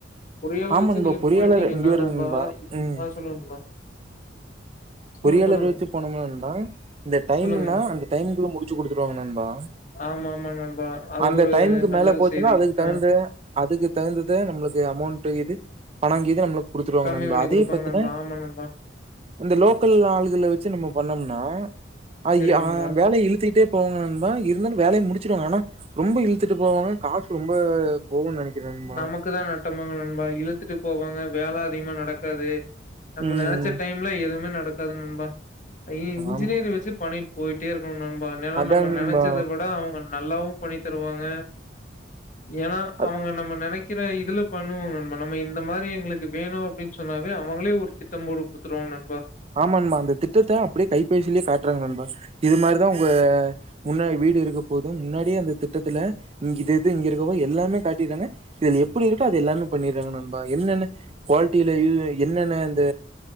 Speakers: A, on the left; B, on the right.
A: பொரியாளர்
B: ஆமாண்பா
A: வச்சு நீங்க
B: பொறியாளர்
A: போயிட்டீங்கன்ன
B: இங்க வரும்பா
A: நண்பா
B: ம்
A: ஆஹ் சொல்லு நண்பா சொல்லுங்க
B: பொறியாளர்
A: சொல்லுங்க
B: வச்சு போனோம்னா ண்பா இந்த டைம்னா
A: சொல்லுங்க
B: அந்த டைமுகுள்ள முடிச்சு குடுத்துருவாங்க நண்பா
A: ஆமா ஆமா நண்பா அது
B: அந்த
A: ஒரு
B: டைமுக்கு
A: நல்ல
B: மேல போச்சுன்னா
A: செய்தி
B: அதுக்கு தகுந்த
A: ஆ
B: அதுக்கு தகுந்தது நம்மளுக்கு அமௌண்ட் இது பனங்கி நம்ம கொடுத்துருவங்க
A: கம்மி
B: நண்பா
A: பண்ணி
B: அதே
A: குடுப்பாங்க
B: பத்தன
A: நண்பா ஆமா நண்பா
B: அந்த லோக்கல் ஆள்கள வச்சு நம்ம பண்ண நா ஐய
A: சரி
B: அ
A: நண்பா
B: வேலைய இழுத்துகிட்டேப் போங்க நண்பா இருந்தாலு வேலைய முடிச்சுறுவாங்க அனா ரொம்ப இழுத்துட்டு போவாங்க காசு ரொம்ப போகும்னு நெனைக்கிறேன் நண்பா.
A: நமக்கு தா நட்டமாகு நண்பா இழுத் திட்டு போவாங்க வேல அதிகமா நடக்காது நம்ம
B: ம்.
A: நெனைச்ச டைம்ல எதுமே நடக் பத்தாது நண்பா ஐய்ய இன்ஜினியர
B: ஆமா.
A: வச்சு பண்ணிர் போய்ட்டே இருக்கணூ நண் ப நென
B: அதான்
A: நம்ம
B: நண்பா.
A: நெனைச்சத விட அவங்க நல்லாவு பொண்ணி தருவாங்க ஏன்னா
B: அத்
A: அவங்க நம் நெனைக்கிற இதுல பண்ணுவாங்க நண்பா நம்ம இந்த மாரி எங்ளுக்கு வேணூ அப்டின்னு சொன்னாவே அவங்களே ஒரு திட்டம் போட்டு குடுத்துருவாங்க நண்பா
B: ஆமாம்பா அந்த திட்டத்த அப்டியே கைப்பேசிலே காட்டுறாங்க நண்பா இது மாரிதா உங்க முன்னா வீடு இருக்க போது முன்னாடியே அந்த திட்டத்தில இங்க இது இது இங்க இருக்கப்போ எல்லாமே காட்டிட்றாங்க இதுல எப்டி இருக்கோ அது எல்லாமே பண்ணிற்றாங்க நம்பா என்னன்ன குவால்டீல இல்லை என்னன்ன அந்த